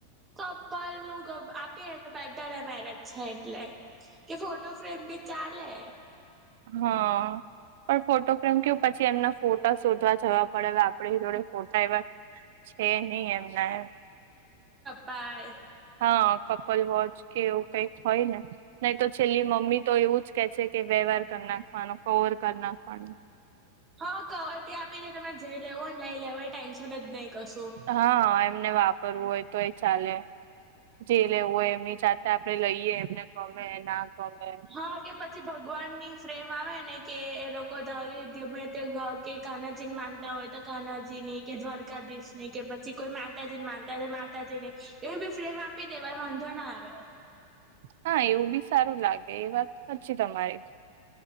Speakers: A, on the right (about 25°); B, on the right (about 70°).
A: કપલ નું તો બેટર એ મેરેજ છે એટલે કે ફોટો ફ્રેમ બી ચાલે.
B: હા પણ ફોટો ફ્રેમ કવ પછી એમના ફોટા શોધવા જવા પડે હવે આપડી જોડે ફોટા એવા છે, નહી એમના એમ
A: પાય
B: હા કપલ વોચ કે એવું કઈક હોય ને નહી તો છેલ્લી મમ્મી તો એવું જ કે છે કે વ્યવહાર કર નાખવાનો, કવર કરી નાખવાનો.
A: હા કવર ભી આપી દે તમે જઈ લેવો ને લઈ લેવાય ટેન્શન જ નહી. કશું
B: હા એમને વાપરવું હોય તો એ ચાલે. જે લેવું હોય એમની જાતે આપડે લઈએ એમને ગમે એ ના ગમે
A: હ કે પછ ભગવાન ની ફ્રેમ આવે ને કે એ લોકો <unintelligible> ગમે તે કે કાનાચીન માનતા હોય તો કાનાજી ની કે દ્વારકાધીશ ની કે પછી કોઈ માતાજી ને માનતા હોય તો માતાજી ને એવી ફ્રેમ આપી દેવા વાંધો ના આવે.
B: હા એવું બી સારું લાગે એ વાત <inaudible> છી તમારી.